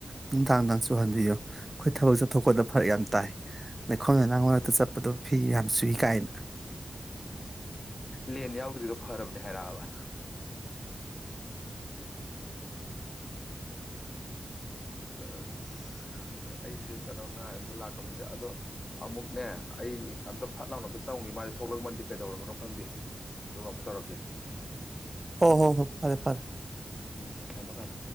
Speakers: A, on the right (about 25°); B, on the left (about 45°).
A: ꯅꯨꯡꯗꯥꯡ ꯅꯨꯡꯗꯥꯡ ꯆꯨꯍꯟꯕꯤꯌꯨ ꯑꯩꯈꯣꯏ ꯊꯕꯛ ꯆꯠꯊꯣꯛꯄꯗ ꯐꯔꯛ ꯌꯥꯝ ꯇꯥꯏ ꯂꯩꯈꯣꯝ ꯂꯩꯅꯥꯥꯡ ꯃꯔꯛꯇ ꯆꯠꯄꯗꯣ ꯐꯤ ꯌꯥꯝ ꯆꯨꯏ ꯀꯥꯏꯅ
B: ꯂꯦꯟ ꯌꯥꯎꯗ꯭ꯔꯤꯗꯣ ꯐꯔꯕꯅꯦ ꯍꯥꯏꯔꯛꯑꯕ ꯑꯥꯁ ꯈꯪꯗꯦ ꯑꯩꯁꯦ ꯀꯩꯅꯣ ꯉꯥꯏꯕꯗꯣ ꯂꯥꯛ ꯁꯣꯡꯉꯝꯗꯦ ꯑꯗꯣ ꯑꯃꯨꯛꯅꯦ ꯑꯩ ꯑꯝꯇ ꯐꯠ ꯂꯥꯎꯅ ꯑꯝꯇ ꯆꯪꯉꯨꯏꯒꯦ ꯃꯥꯁꯦ ꯊꯣꯛꯂꯛꯃꯟꯗꯦ ꯀꯩꯗꯧꯔꯕꯅꯣ ꯈꯪꯗꯦ ꯑꯗꯨꯒ ꯑꯃꯨꯛ ꯇꯧꯔꯛꯀꯦ
A: ꯍꯣ ꯍꯣ ꯍꯣ ꯐꯔꯦ ꯐꯔꯦ
B: ꯎꯝ ꯊꯝꯕ ꯊꯝ